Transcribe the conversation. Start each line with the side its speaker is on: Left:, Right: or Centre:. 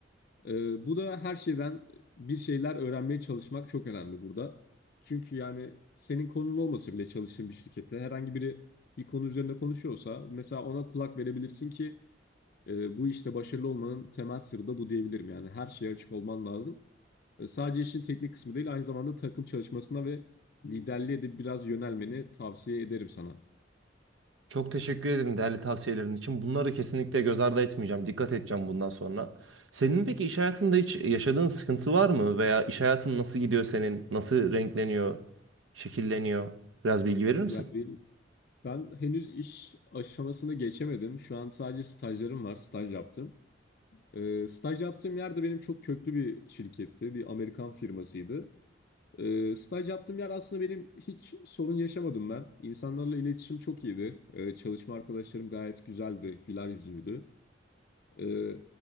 Left: Ee, bu da her şeyden bir şeyler öğrenmeye çalışmak çok önemli burada. Çünkü yani senin konun olmasa bile çalıştığın bir şirkette herhangi biri bir konu üzerinde konuşuyorsa mesela ona kulak verebilirsin ki e, bu işte başarılı olmanın temel sırrı da bu diyebilirim. Yani her şeye açık olman lazım. E, Sadece işin teknik kısmı değil, aynı zamanda takım çalışmasına ve liderliğe de biraz yönelmeni tavsiye ederim sana.
Right: Çok teşekkür ederim değerli tavsiyelerin için. Bunları kesinlikle göz ardı etmeyeceğim. Dikkat edeceğim bundan sonra. Senin peki iş hayatında hiç yaşadığın sıkıntı var mı? Veya iş hayatın nasıl gidiyor senin? Nasıl renkleniyor, şekilleniyor? Biraz bilgi verir misin?
Left: Ya ben, ben henüz iş aşamasını geçemedim. Şu an sadece stajlarım var, staj yaptım. E, staj yaptığım yerde benim çok köklü bir şirketti, bir Amerikan firmasıydı. Ee, staj yaptığım yer aslında benim hiç sorun yaşamadım ben. İnsanlarla iletişim çok iyiydi. Ee, çalışma arkadaşlarım gayet güzeldi, güler yüzlüydü. Ee,